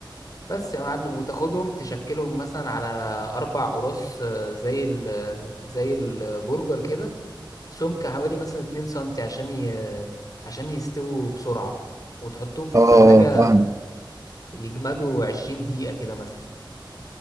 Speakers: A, on the left (about 45°); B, on the right (about 40°).
A: بس يا معلم وتاخدهم تشكلهم مثلا على أربع قراص آه، زي ال آه، زي البرجر كده سمك حوالي مثلا 2 سنتي عشان ي... آه، عشان يستووا بسرعة وتحطهم في
B: اه
A: التلاجة
B: آه، فاهم
A: يجمدوا 20 دقيقة كده مثلا